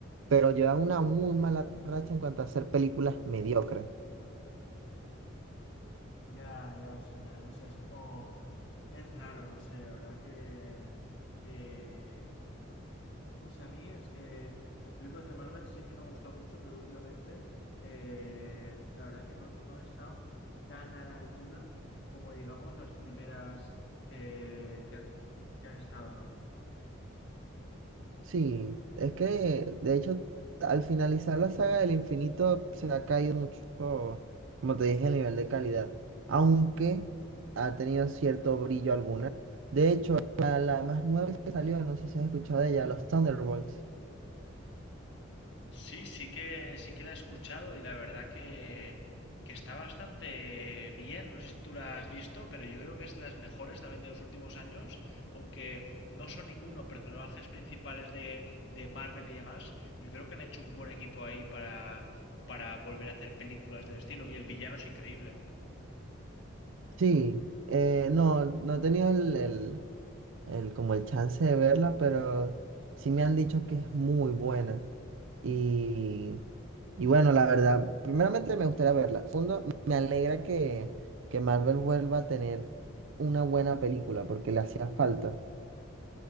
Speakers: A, on the right; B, on the left.
A: pero llevan una muy mala racha en cuanto a hacer películas mediocres.
B: Ya, ya, o sea, ya, no sé, es como... Es raro, no sé, la verdad que... eh, No sé, a mí es que las películas de Marvel siempre me han gustado mucho, pero últimamente eh, la verdad que no, no han estado tan a la altura como digamos las primeras que, que han, que han estado, ¿no?
A: Sí, es que de hecho al finalizar la saga del infinito se ha caído mucho, como te dije, el nivel de calidad, aunque ha tenido cierto brillo alguna. De hecho, la, la más nueva que salió, no sé si has escuchado de ella, los Thunderbolts.
B: Sí, sí que, sí que la he escuchado y la verdad que, que está bastante bien. No sé si tú la has visto, pero yo creo que es de las mejores también de los últimos años, aunque no son ninguno personajes principales de, de Marvel y demás. Yo creo que han hecho un buen equipo ahí para, para volver a hacer películas del estilo y el villano es increíble.
A: Sí, eh, no, no he tenido el, el, el- como el chance de verla, pero sí me han dicho que es muy buena. Y, y bueno, la verdad, primeramente me gustaría verla. Segundo, me alegra que, que Marvel vuelva a tener una buena película porque le hacía falta.